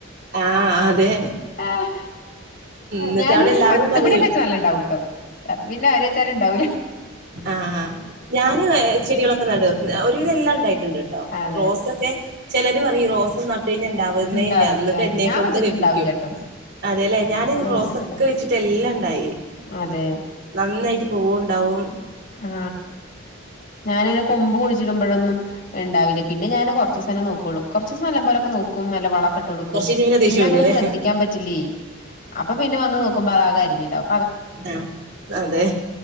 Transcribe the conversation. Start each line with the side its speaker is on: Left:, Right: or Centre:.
Right: ആ അതെ
Left: ആഹ്
Right: ന്നിട്ട്
Left: ഞാനീ
Right: അവിടെ എല്ലാരും
Left: പത്ത്
Right: പറയൂ
Left: മണിയൊക്കെ വെച്ച നല്ല ഉണ്ടാവൂട്ടോ അത് പിന്നെ ആര വെച്ചാലും ണ്ടാവൂലേ
Right: ആ ആ ഞാനും ചെടികളൊക്കെ നട ഒരുവിതെല്ലാം ഉണ്ടായി ണ്ട്ട്ടോ
Left: അതെ
Right: റോസൊക്കെ ചിലര് പറ റോസ ട്ടഞ്ഞാൽ ഇണ്ടാവുന്നേ
Left: ഇണ്ടാവില്ല്യാന്ന്
Right: ഇല്ല എന്നിട്ട് എന്നെ
Left: ഞാൻ
Right: കൊണ്ട്
Left: വെച്ചിട്ടുണ്ടാവില്ല്യാട്ടോ
Right: വെപ്പിക്കും അതെല്ലെ ഞാൻ
Left: റോസ്
Right: റോസൊക്കെ
Left: വെച്ചിട്ടുണ്ടാവില്ല
Right: വെച്ചിട്ട് എല്ലാം ഇണ്ടായി
Left: അതെ
Right: നന്നായിട്ട് പൂവുണ്ടാവും.
Left: ആ ഞാനിനെ കൊ കുഴിച്ചിടുമ്പോഴൊന്നും ഇണ്ടാവില്ല പിന്നെ ഞാന് കുറച്ചുസനെ നോക്കുള്ളൂ കുറച്ചസം നല്ല പോലെക്കെ നോക്കും നല്ല വ ട്ട് കൊടുക്കും
Right: കുറച്ച് കഴിഞ്ഞ
Left: പിന്നെ
Right: ദേഷ്യം
Left: അങ്ങെ
Right: വരുല്ലേ
Left: ശ്രദ്ധിക്കാൻ പറ്റില്ലേ അപ്പൊ പിന്നെ വന്ന് നോക്കുമ്പോ ആകെ കാര്യഞ്ഞുണ്ടാവ
Right: ആ അതെ